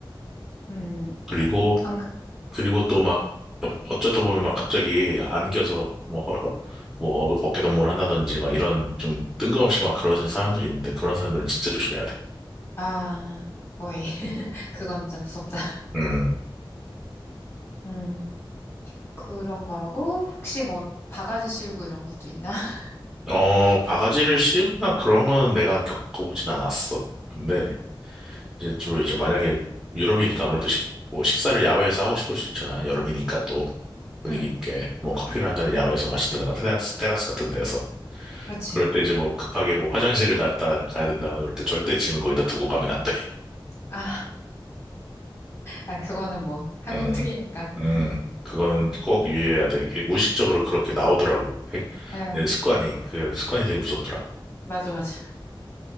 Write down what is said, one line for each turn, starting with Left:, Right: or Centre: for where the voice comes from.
Left: 음,
Centre: 그리고
Left: 막, 방금,
Centre: 그리고 또 막 어쩌다 보면 막 갑자기 안겨서 뭐, 헐- 헐- 뭐 어- 어깨동무를 한다든지 막 이런 좀 뜬금없이 막 그러는 사람들이 있는데 그런 사람들은 진짜 조심해야 돼.
Left: 아, 거의, <laughs> 그건 진짜 무섭다.
Centre: 음,
Left: 음. 그런 거 하고, 혹시 뭐, 바가지 씌우고 이런 것도 있나? <laughs>
Centre: 어, 바가지를 씌우거나 그런 거는 내가 겪어보진 않았어. 근데 이제 주로 이제 만약에 유럽이니까 아무래도 식, 뭐 식사를 야외에서 하고 싶을 수 있잖아. 여름이니까 또 분위기
Left: 응,
Centre: 있게 뭐 커피를 한 잔을 야외에서 마신다든가 테라스, 테라스 같은 데에서.
Left: 그렇지.
Centre: 그럴 때 이제 뭐 급하게 뭐 화장실을 갔다 가야 된다 그럴 때 절대 짐을 거기다 두고 가면 안 돼.
Left: 아, 아, 그거는 뭐, 한국
Centre: <laughs> 음,
Left: 특이니까.
Centre: 음, 그거는
Left: 응,
Centre: 꼭 유의해야 돼. 이게 무의식적으로 그렇게 나오더라고. 행-
Left: 아
Centre: 내 습관이 그 습관이 되게 무섭더라.
Left: 맞아, 맞아.